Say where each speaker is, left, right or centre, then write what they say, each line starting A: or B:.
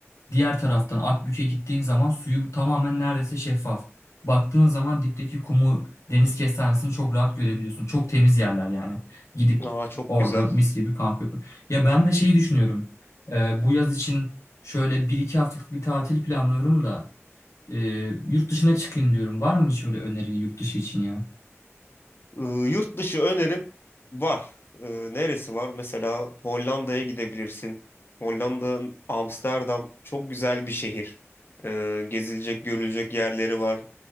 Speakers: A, on the left (about 80°); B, on the left (about 50°).
A: Diğer taraftan Akbük'e gittiğin zaman suyu tamamen neredeyse şeffaf. Baktığın zaman dipteki kumu deniz kestanesini çok rahat görebiliyorsun. Çok temiz yerler yani. Gidip
B: aa çok
A: orada
B: güzel.
A: mis gibi kamp yapıp. Ya ben de şeyi düşünüyorum. Ee, bu yaz için şöyle bir iki haftalık bir tatil planlıyorum da e, yurt dışına çıkayım diyorum. Var mı hiç öyle önerin yurt dışı için ya?
B: Ee, Yurt dışı önerim var. Ee, Neresi var? Mesela Hollanda'ya gidebilirsin. Hollanda, Amsterdam çok güzel bir şehir. Ee, Gezilecek, görülecek yerleri var.